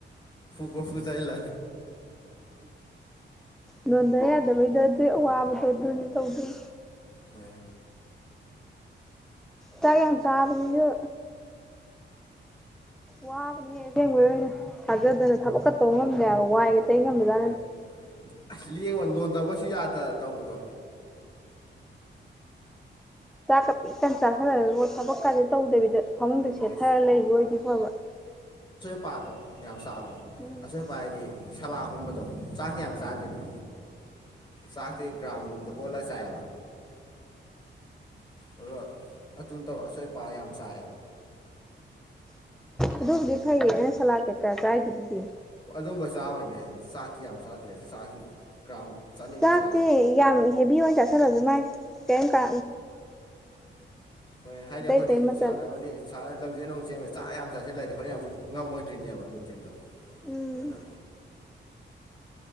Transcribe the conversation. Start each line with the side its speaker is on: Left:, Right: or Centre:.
Left: ꯄꯐꯨ ꯆꯥꯏꯂ
Centre: ꯅꯣꯟꯗ ꯌꯥꯗꯕꯩꯗ ꯑꯗꯨꯏ ꯑꯋꯥꯕꯗꯣ ꯑꯗꯨꯅ ꯇꯧꯗꯣꯏ
Left: ꯍꯣꯏ
Centre: ꯇꯥꯏ ꯌꯥꯝ ꯆꯥꯕꯁꯨ ꯋꯥꯕꯅ ꯍꯦꯛ ꯑꯁꯦꯡꯕ ꯑꯣꯏꯅ ꯊꯥꯖꯗꯅ ꯊꯕꯛꯀ ꯇꯧ ꯉꯝꯅꯦꯕ ꯋꯥꯏꯒꯤꯗ ꯊꯦꯡꯉꯝꯕꯗꯥ
Left: ꯍꯣꯏ ꯑꯁ ꯂꯦꯡꯕ ꯅꯣꯟꯗꯕꯁꯨ ꯌꯥꯗ ꯇꯧꯕꯗꯣ
Centre: ꯆꯥꯛ ꯇꯟ ꯆꯥ ꯁꯂꯒ ꯊꯕꯛ ꯀꯥꯏꯗꯅ ꯇꯧꯗꯕꯤꯗ ꯃꯃꯨꯡꯗ
Left: ꯍꯣꯏ
Centre: ꯁꯦꯠꯊꯔꯒ ꯂꯩꯕ ꯑꯣꯏꯗꯤ ꯐꯕ
Left: ꯅꯨꯄꯥꯗꯣ ꯌꯥꯝ ꯆꯥꯕ
Centre: ꯎꯝ
Left: ꯑꯁꯣꯏꯄ ꯍꯥꯏꯗꯤ ꯁꯂꯥꯀꯨꯝꯕꯗꯣ ꯆꯥꯛꯇ ꯌꯥꯝ ꯆꯥꯗ ꯠꯇꯦꯕ ꯆꯥꯛꯇꯤ ꯒ꯭ꯔꯥꯝꯒꯨꯝꯗ ꯑꯣꯜꯂ ꯆꯥꯏꯑꯕ ꯑꯗꯨꯒ ꯑꯗꯨ ꯅꯠꯇꯕ ꯑꯁꯣꯏ ꯑꯄꯥ ꯌꯥꯝ ꯆꯥꯏꯌꯦꯕ
Centre: ꯑꯗꯨꯕꯨꯗꯤ ꯐꯩꯌꯦꯟ
Left: ꯑꯗꯨ
Centre: ꯆꯂꯥ ꯀꯦꯀ ꯀꯥꯏꯗꯨꯕꯨꯗꯤ
Left: ꯑꯗꯨꯝꯕ ꯆꯥꯕꯅꯤ ꯍꯥꯏꯁꯦ ꯆꯥꯛꯇꯤ ꯌꯥꯝ ꯆꯥꯗꯦ ꯆꯥꯛꯇꯤ ꯒ꯭ꯔꯥꯝ ꯆꯅꯤꯃꯨꯛ
Centre: ꯆꯥꯛꯇꯤ
Left: ꯆꯥ
Centre: ꯌꯥꯝ ꯍꯦꯚ ꯑꯣꯏꯅ ꯆꯥꯁꯤꯜꯂꯁꯨ ꯃꯥꯏ ꯀꯔꯤꯝꯇ
Left: ꯍꯣꯏ ꯍꯥꯏꯗꯤ
Centre: ꯑꯇꯩ
Left: ꯑꯩꯈꯣꯏꯗꯤ
Centre: ꯑꯇꯩ ꯃꯆꯜ
Left: ꯁꯥꯟꯅꯕꯅꯤ ꯂꯝꯖꯦꯜ ꯅꯨꯡ ꯆꯦꯟ ꯆꯥꯛ ꯌꯥꯝ ꯆꯥꯁꯤꯦ ꯂꯩꯔꯗꯤ ꯍꯣꯔꯦꯟ ꯑꯃꯨꯛ ꯉꯝꯃꯣꯏꯗ꯭ꯔꯤꯅꯦꯕ ꯅꯨꯡꯊꯤꯟꯗꯣ
Centre: ꯎꯝ
Left: ꯃ